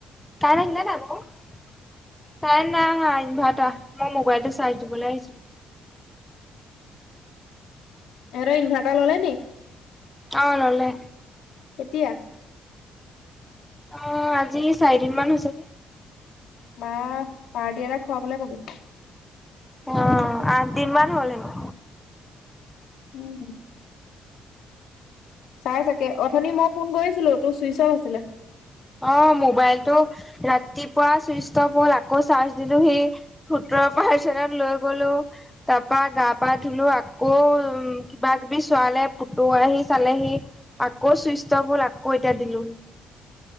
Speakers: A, in the centre; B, on the left.
A: <unintelligible> কাৰেন্ট নাই অহা ইনভাটাৰ মই মোবাইলতো চাৰ্জ দিবলৈ আহিছো।
B: এহেতৰ ইনভাৰটাৰ ল'লে নি?
A: অ', ললে।
B: কেতিয়া?
A: অ', আজি চাৰিদিন মান হৈছে।
B: <unintelligible> পাৰ্টি এটা খুৱাবলে কবি।
A: অ', আঠ দিন মান হ'ল হেনো।
B: উম। ছাৰ চাগে, অথনি মই ফোন কৰিছিলো তোৰ চুইচঅফ আছিলে।
A: অ', মোবাইলটো ৰাতিপুৱা চুইচ অফ হ'ল আকৌ চাৰ্জ দিলো সেই সোতৰ পাৰচেনট লৈ গ'লো, তাৰপা গা পা ধুলো আকৌ উ কিবাকিবি চোৱা লে পুতু আহি চালেহি, আকৌ চুইষ্ট অফ হ'ল, আকৌ এতিয়া দিলোহি